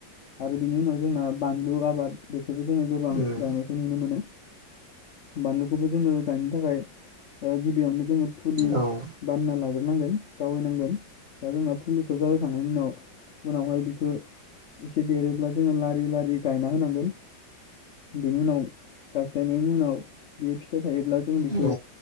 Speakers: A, on the left; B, on the right.
A: आरो बिनि उनाव जोंना बानलु आबाद। बे बेखौबो जोङो गोबां
B: उम
A: गायनायखौ नुनो मोनो। बानलुखौबो जोङो गायनो थाखाय ओ गिबियावनो जोङो फुलि
B: औ उम
A: बाननायना लाग्रो नांगोन जायैनांगोन दा जोंना फुलिखौ जावयैखांनायनि उनाव उनावहाय बिखौ एसे देरोब्ला जोङो लारि लारि गायना होनांगोन। बेनि उनाव गायस्लायनायनि उनाव बियो फि थायोब्ला जों बेखौ
B: औ नंगौ नोंथां औ उम औ